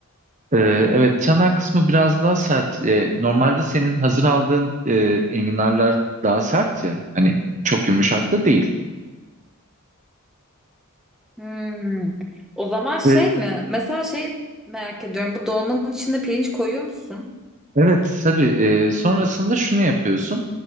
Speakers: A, on the right; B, in the centre.
A: Ee, evet çanak kısmı biraz daha sert. Ee, normalde senin hazır aldığın e, enginarlar daha sert ya. Hani çok yumuşak da değil.
B: Hmm. O zaman şey
A: Ee,
B: mi? Mesela şey merak ediyorum. Bu dolmanın içinde pirinç koyuyor musun?
A: evet tabii e, sonrasında şunu yapıyorsun.